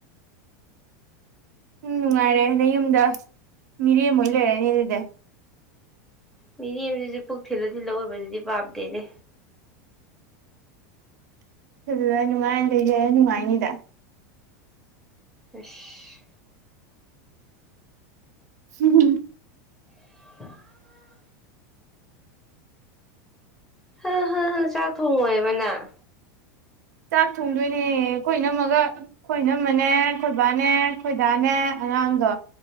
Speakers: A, on the right; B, in the centre.
A: ꯎꯝ ꯅꯨꯡꯉꯥꯏꯔꯦ ꯅꯌꯨꯝꯗ ꯃꯤꯔꯦꯝ ꯑꯣꯏꯔꯥ ꯂꯩꯔꯅꯤ ꯑꯗꯨꯗꯤ꯫
B: ꯃꯤꯔꯦꯝꯁꯤꯁꯨ ꯄꯨꯛ ꯊꯤꯜꯂ- ꯊꯤꯜꯂ ꯑꯣꯏꯕꯁꯤꯗꯤ ꯄꯥꯝꯗꯦꯅꯦ꯫
A: <unintelligible> ꯅꯨꯡꯉꯥꯏ ꯅꯥ ꯂꯩꯒꯦ ꯅꯨꯉꯥꯏꯅꯤꯗ
B: ꯑꯁ!
A: ꯍꯝ
B: <unintelligible> ꯍ ꯍ ꯍ ꯆꯥꯛ ꯊꯣꯡꯉꯣꯏꯕ ꯅꯪ
A: ꯆꯥꯛ ꯊꯣꯡꯗꯣꯏꯅꯦ ꯑꯩꯈꯣꯏ ꯏꯅꯝꯃꯒ ꯈꯣꯏ ꯏꯅꯝꯃꯅꯦ ꯈꯣꯏꯕꯥꯅꯦ ꯈꯣꯏꯗꯥꯅꯦ ꯑꯉꯥꯡꯒ